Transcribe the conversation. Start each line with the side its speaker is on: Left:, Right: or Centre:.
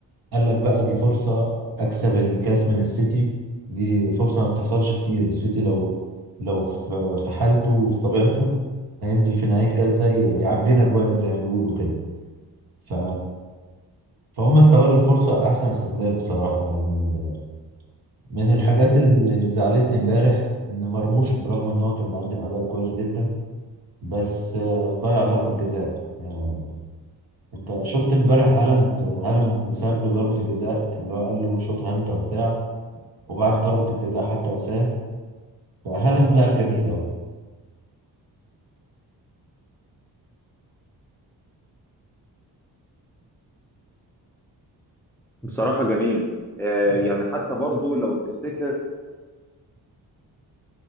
Right: قال لك بقى دي فرصة أكسب الكاس من السيتي دي فرصة ما بتحصلش كتير السيتي لو لو في في حالته وفي طبيعته هينزل في نهاية الكاس ده ي- يعبينا جوان زي ما بيقولوا كده ف فهم استغلوا الفرصة أحسن استغلال بصراحة يعني من الحاجات اللي اللي زعلتني امبارح إن مرموش برغم إن هو كان مقدم أداء كويس جدا بس آه، ضيع ضربة جزاء آه، أنت شفت امبارح هالاند هالاند ساب له ضربة الجزاء اللي هو قال له شوطها أنت وبتاع وبعد ضربة الجزاء حتى وسام فهالاند لعب جميل قوي
Centre: بصراحه جميل آه، يعني حتى برضو لو تفتكر